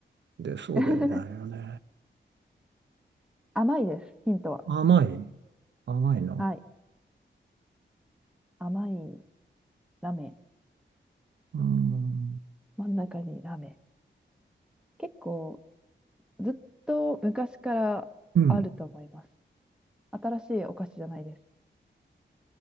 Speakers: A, on the right (about 65°); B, in the centre.
A: 出そうでねあないよね。
B: <laughs> 甘いです、ヒントは。
A: 甘い。甘いの。
B: はい。甘いラメ。
A: うん。
B: 真ん中にラメ。結構、ずっと昔からあると思います。
A: うん。
B: 新しいお菓子じゃないです。